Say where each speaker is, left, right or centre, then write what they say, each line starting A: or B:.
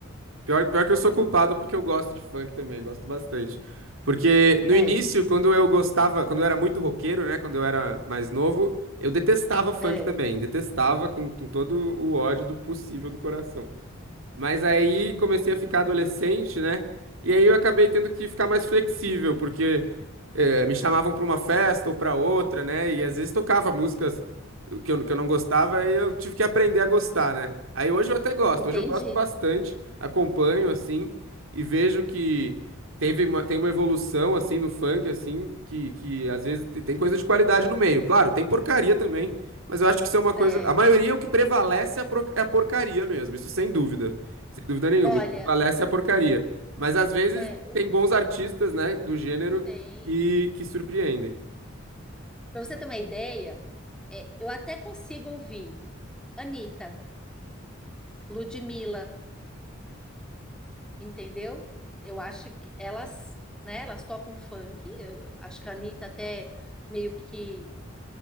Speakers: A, on the right; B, in the centre.
A: Pior, pior que eu sou culpado porque eu gosto de funk também, gosto bastante. Porque no
B: É,
A: início, quando eu gostava, quando eu era muito roqueiro, né? Quando eu era mais novo, eu detestava funk
B: é.
A: também, detestava com, com todo o ódio do possível do coração. Mas aí comecei a ficar adolescente, né? E aí eu acabei tendo que ficar mais flexível, porque eh, me chamavam para uma festa ou para outra, né? E às vezes tocava músicas que eu, que eu não gostava e eu tive que aprender a gostar, né? Aí hoje eu até gosto,
B: Entendi.
A: hoje eu gosto bastante, acompanho, assim, e vejo que teve uma, tem uma evolução, assim, no funk, assim, que, que às vezes te- tem coisa de qualidade no meio. Claro, tem porcaria também, mas eu acho que isso é uma coisa.
B: É,
A: A maioria, é o que prevalece é a pro- é a porcaria mesmo, isso sem dúvida. Sem dúvida nenhuma,
B: olha,
A: o que prevalece é a porcaria. Mas às vezes
B: é, o,
A: tem bons artistas, né, do gênero
B: tem.
A: que, que surpreendem.
B: Para você ter uma ideia, é, eu até consigo ouvir Anitta, Ludmilla, entendeu? Eu acho que elas, né, elas tocam funk. Eu acho que a Anitta até meio que